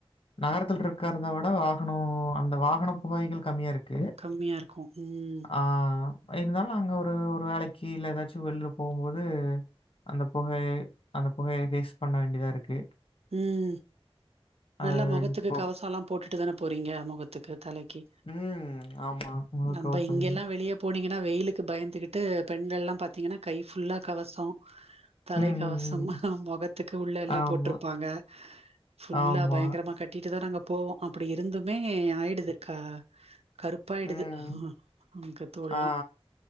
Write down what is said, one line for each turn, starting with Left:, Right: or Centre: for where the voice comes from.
Left: நகரத்துல இருக்கிறத விட வாகனம் அந்த வாகன புகைகள் கம்மியா இருக் கு
Right: கம்மியா இருக்கு ம்
Left: ஆ இருந்தாலு அங்க ஒரு ஒரு வேலைக்கு இல்ல ஏதாச்சு வெளிலபோம்போது அந்த புகை அந்த புகையை தேஸ் பண்ண வேண்டியதா இருக்கு.
Right: ம்
Left: அ
Right: நல்லா முகத்துக்கு
Left: இப்போ
Right: கவசம் எல்லா போட்டுட்டுதான போறீங்க முகத்துக்கு தலைக் கி
Left: ம். ஆமா. முகக்கவசம்.
Right: நம்ப இங்க எல்லா வெளியே போனீங் கன்னா வெயிலுக்கு பயந்துகிட்டு பெண்கள் எல்லா பாத்தீங்கன்னா கை ஃபுல்லா கவசம் தலைக்கவசம்
Left: ம், ம், ம்.
Right: முகத்துக்கு உள்ள எல்லா
Left: ஆமா,
Right: போட்டுருப்பாங்க. ஃபுல்லா
Left: ஆமா.
Right: பயங்கரமா கட்டிட்டுதா நாங்க போவோ அப்டி இருந்துமே ஆயிடுது க கருப்பாயிடுது
Left: ம்.
Right: அங்க தோல்லா
Left: ஆ